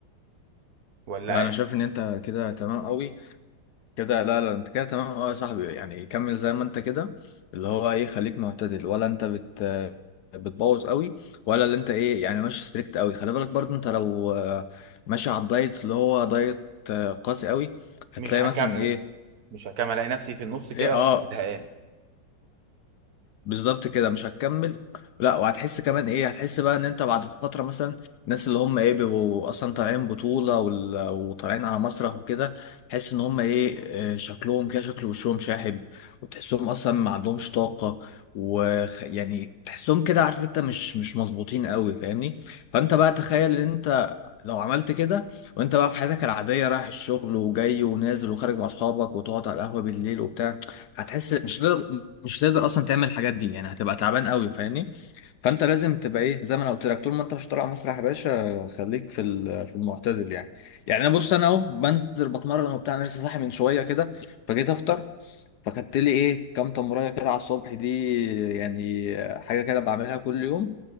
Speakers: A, on the right; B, on the left.
A: ولا
B: لا انا شايف ان انت كده تمام قوي كده لا لا انت كده تمام اه يا صاحبي يعني كمل زي ما انت كده اللي هو ايه خليك معتدل ولا انت بت بتبوظ قوي ولا اللي انت ايه يعني ماشي ستريكت قوي خلي بالك برضو انت لو آه، ماشي على الدايت اللي هو دايت آه، قاسي قوي هتلاقي
A: مش هكمل
B: مثلا ايه
A: مش هكمل الاقي نفسي في النص كده
B: ايه اه
A: زهقان
B: بالظبط كده مش هتكمل لا وهتحس كمان ايه هتحس بقى ان انت بعد فتره مثلا الناس اللي هم ايه بيبقوا اصلا طالعين بطوله وال- وطالعين على مسرح وكده تحس ان هم ايه آه، شكلهم كده شكل وشهم شاحب وتحسهم اصلا ما عندهمش طاقه ويعني تحسهم كده عارف انت مش مش مظبوطين قوي فاهمني فانت بقى تخيل ان انت لو عملت كده وانت بقى في حياتك العاديه رايح الشغل وجاي ونازل وخارج مع اصحابك وتقعد على القهوه بالليل وبتاع هتحس مش هتقدر مش هتقدر اصلا تعمل الحاجات دي يعني هتبقى تعبان قوي فاهمني فانت لازم تبقى ايه زي ما انا قلت لك طول ما انت مش طالع مسرح يا باشا خليك في ال- في المعتدل يعني يعني انا بص انا اهو بنزل بتمرن وبتاع أنا لسه صاحي من شويه كده فجيت افطر فخدت لي ايه كام تمريه كده على الصبح دي يعني حاجه كده بعملها كل يوم